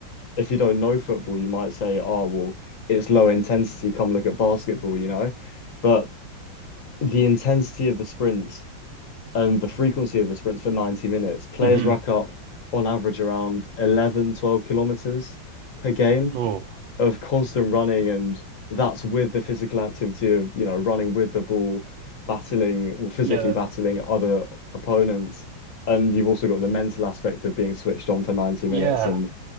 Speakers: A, on the left; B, on the right.
A: if you don't know football, you might say, "Oh, well, it's low intensity, come look at basketball," you know. But the intensity of the sprints and the frequency of the sprints for 90 minutes, players
B: hmm
A: rack up on average around 11, 12 kilometers per game
B: Oh,
A: of constant running. And that's with the physical activity of, you know, running with the ball, battling, well, physically
B: yeah,
A: battling other opponents. And you've also got the mental aspect of being switched on for 90 minutes
B: yeah,
A: and